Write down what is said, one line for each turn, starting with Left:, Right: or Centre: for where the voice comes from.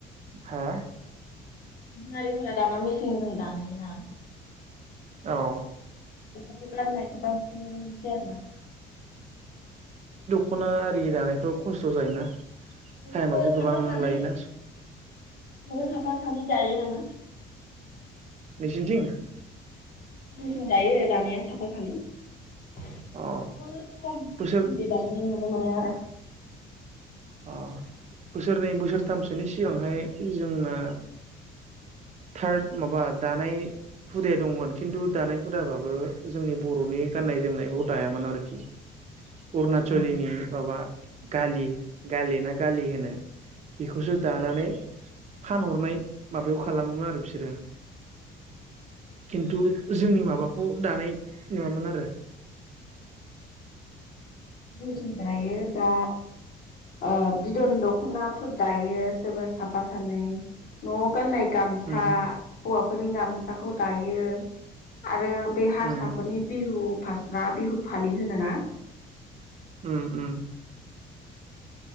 Right: हा?
Left: गुबुन हारिफोरा दाना मिसिंजों दायोना।
Right: औ
Left: <unintelligible> <unintelligible> बांसिन नुनो मोनसै आरोना
Right: ख'ना आरि दानायफ्राव खस्थ' जायोना
Left: नोंबो
Right: टाइमाबो
Left: साफा
Right: गोबां
Left: सानै
Right: लायोना
Left: नोंबो साफा सानै जायो नामा
Right: नोंसिनिथिं
Left: जोंनिथिं दायो दानाया साफा सानै खम
Right: अ
Left: खम
Right: बोसोर
Left: बिबां नि नुनो मोनो आरो।
Right: अ बोसोरनै बोसोरथामसोनि सिगांहाय जोंना थार्द माबा दानाय हुदाया दंमोन खिन्थु दानाय हुदाबाबो जोंनि बर'नि गाननाय जोमनायखौ दायामोन आरोखि अरुणचलिनि
Left: औ
Right: माबा गालि गाले ना गालि होनो? बेखौसो दानानै फानहरनाय माबायाव खालामो मोन आरो बिसोर सोरो? खिन्थु जोंनि मा माबाखौ दानाय नङामोन आरो
Left: जोंनिथिं दायो दा ओ बिदन द खनाफोर दायो सोरबा साफा सानै नआव गाननाय गामसा
Right: उम
Left: हौवा फोरनि गामसाखौ दायो आरो बे हारसाफोरनि
Right: उम
Left: बिहु फास्रा बिहु फालि होनोना
Right: उम उम